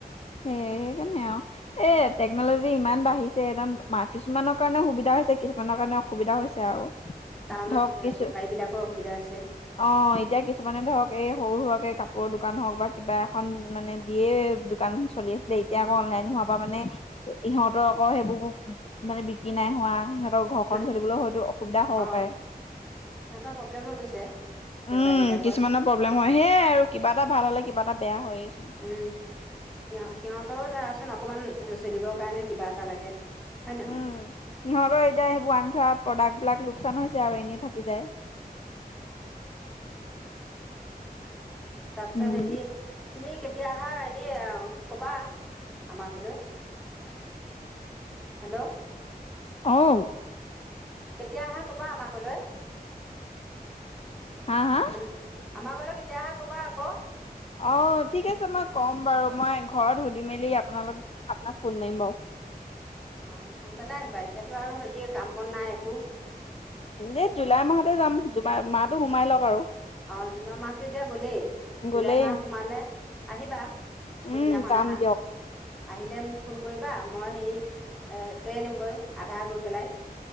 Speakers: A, on the left; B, in the centre.
A: সেইকাৰণে আৰু। এ টেকনলজি ইমান বাঢ়িছে একদম কিছুমানৰ কাৰণে সুবিধা হৈছে কিছুমানৰ কাৰণে অসুবিধা হৈছে আৰু।
B: টাউনত
A: ধৰক কিছু
B: বেপাৰী বিলাকৰ অসুবিধা হৈছে।
A: অ', এতিয়া কিছুমানে ধৰক এই সৰু সুৰাকে কাপোৰৰ দোকান হওক বা কিবা এখন মানে দিয়ে দোকান চলি আছিলে এতিয়া আকৌ অনলাইন হোৱা পৰা মানে ইহঁতৰ আকৌ সেইবোৰ মানে বিক্ৰী নাই হোৱা সিহঁতৰ ঘৰখন
B: সিহ
A: চলিবলৈ হয়তো অসুবিধা হ'ব পাৰে।
B: অ সিহঁতৰ প্ৰব্লেম হৈ গৈছে
A: উম
B: বেপাৰী বিলাকৰ।
A: কিছুমানৰ প্ৰব্লেম হয়, সেয়াই আৰু কিবা এটা ভাল হ'লে কিবা এটা বেয়া হয়েইচোন।
B: উম, সিহ সিহঁতৰো ধৰাচোন অকমান চলিবৰ কাৰণে কিবা এটা লাগে। হয় নহয়
A: উম, সিহঁতৰ এতিয়া সেইবোৰ আন থোৱা প্ৰডাক্ট বিলাক লোকচান হৈছে আৰু এনেই থাকি যায়।
B: তাৰপিছত
A: উম
B: হেৰি তুমি কেতিয় আহা হেৰি কবা আমাৰ ঘৰলৈ। হেল্ল'?
A: অ'।
B: কেতিয়া আহা কবা আমাৰ ঘৰলৈ
A: হা হা
B: হেল্লো? আমাৰ ঘৰলৈ কেতিয়া আহা কবা আকৌ।
A: অঁ', ঠিক আছে মই ক'ম বাৰু মই ঘৰত সুধি মেলি আপোনালোক আপোনাক ফোন মাৰিম বাৰু।
B: অ', আহি সোনকালে আহিবা এতিয়াতো আৰু হেৰি কাম বন নাই একো।
A: এই জুলাই মাহতে যাম জাই মাহটো সোমাই লওক আৰু।
B: অ', জুনৰ মাহতটো এতিয়া গ'লেই
A: গ'লেই
B: জুলাই মাহ সোমালে আহিবা।
A: উম,
B: কোন দিনাখন
A: যাম
B: আহা।
A: দিয়ক।
B: আহিলে মোক ফোন কৰিবা মই হেৰি লৈ আনিমগৈ আধা গৈ পেলাই।